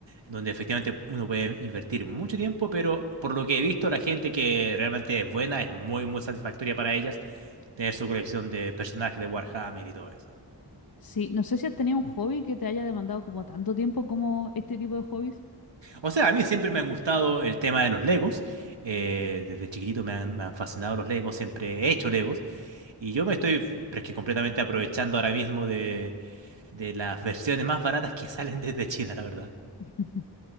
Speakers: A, on the right; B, on the left.
A: donde efectivamente uno puede invertir mucho tiempo, pero por lo que he visto, la gente que realmente es buena es muy, muy satisfactoria para ellas tener su colección de personajes de Warhammer y todo eso.
B: Sí, no sé si has tenido un hobby que te haya demandado como tanto tiempo como este tipo de hobbies.
A: O sea, a mí siempre me han gustado el tema de los Legos. eh, desde chiquitito me han, me han fascinado los Legos, siempre he hecho Legos. Y yo me estoy, pero es que completamente aprovechando ahora mismo de, de las versiones más baratas que salen desde China, la verdad.
B: <laughs>